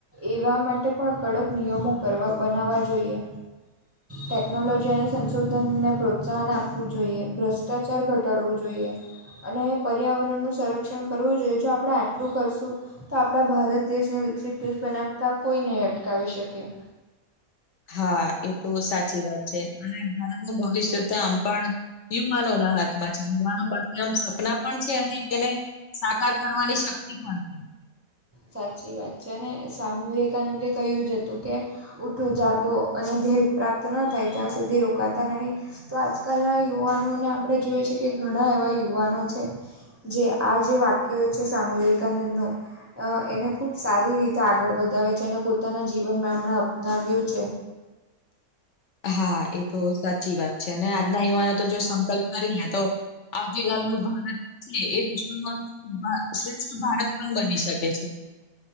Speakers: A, on the right (about 20°); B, on the left (about 65°).
A: એવા માટે પણ કડક નિયમો કરવા બનાવવા જોઈએ. ટેક્નોલોજી અને સંશોધનને પ્રોત્સાહન આપવું જોઈએ, ભ્રષ્ટાચાર ઘટાડવું જોઈએ. અને પર્યાવરણનું સંરક્ષણ કરવું જોઈએ, જો આપણે આટલું કરશું. તો આપણા ભારત દેશને વિકસિત દેશ બનાવતા કોઈ નઈ અટકાવી શકે.
B: હા એ તો સાચી વાત છે અને ભારતનું ભવિષ્યતો આમ પણ યુવાનોના હાથમાં છે, યુવાનો પણ એમ સપના પણ છે અને તેને સાકાર કરવાની શક્તિ પણ છે.
A: સાચી વાત છે અને સ્વામી વિવેકાનંદે કહ્યું જ હતું કે, ઊઠો જાગો અને ધ્યેય પ્રાપ્ત ન થાય ત્યાં સુધી રોકાતા નહીં. તો આજકાલના યુવાનોને આપણે જોઈએ છે કે ઘણાં એવા યુવાનો છે. જે આ જે વાક્ય છે સ્વામી વિવેકાનંદનું હ એને ખૂબ સારી રીતે આગળ વધાવે છે અને પોતાના જીવનમાં એમણે અપનાવ્યું છે.
B: હા એ તો સાચી વાત છે અને આજના યુવાનો તો જો એ સંકલ્પ કરી લે તો આવતીકાલનું ભારત છે એ વિશ્વમાં <unintelligible> શ્રેષ્ઠ ભારત પણ બની શકે છે.